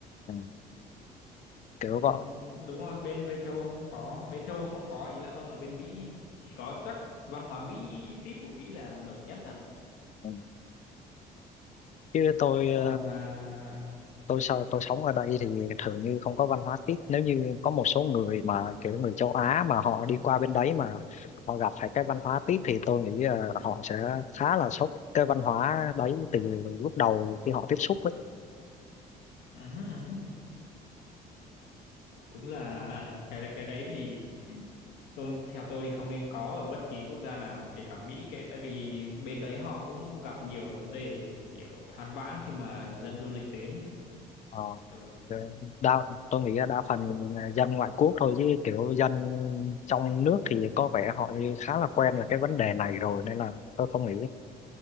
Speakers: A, on the left; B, on the left.
A: ừ kiểu
B: Ừ,
A: gọi
B: đúng rồi bên bên châu Âu không có bên châu Âu không có ý là ông là bên Mỹ chỉ có chắc văn hóa Mỹ tip của Mỹ là nổi nhất thật
A: ừ chứ tôi
B: còn
A: ờ,
B: à,
A: tôi sao tôi sống ở đây thì thường như không có văn hóa tiếp nếu như có một số người mà kiểu người châu Á mà họ đi qua bên đấy mà họ gặp phải cái văn hóa tiếp thì tôi nghĩ ờ, họ sẽ khá là sốc cái văn hóa đấy từ lúc đầu khi họ tiếp xúc ấy
B: ừ, ừ, ừ. đúng là à, cái cái đấy thì Vâng, theo tôi thì không nên có ở bất kỳ quốc gia nào, kể cả Mỹ cái tại vì bên đấy họ cũng gặp nhiều vấn đề kiểu than vãn khi mà dân du lịch đến.
A: Ờ,
B: Ừ.
A: ờ, đa tôi nghĩ là đa phần là dân ngoại quốc thôi chứ kiểu dân trong nước thì có vẻ họ như khá là quen là cái vấn đề này rồi nên là tôi không nghĩ